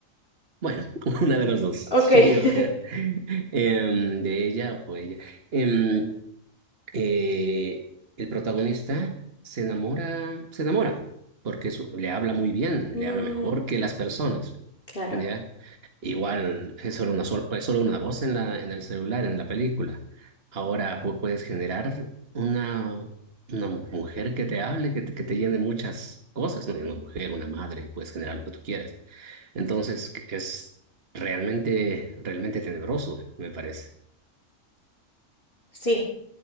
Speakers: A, on the right; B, on the left.
A: Bueno, <laughs> una de las dos, sí,
B: Ok. <laughs>
A: o sea, em, de ella o ella. Em, eh, el protagonista se enamora, se enamora, porque eso, le habla muy bien,
B: Mm,
A: le habla mejor que las personas,
B: claro.
A: ¿ya? Igual es solo una, sol- es solo una voz en la, en el celular, en la película. Ahora pu- puedes generar una, una mujer que te hable, que te, que te llene muchas cosas, ¿no? Una mujer, una madre, puedes generar lo que tú quieras. Entonces es realmente, realmente tenebroso, me parece.
B: Sí.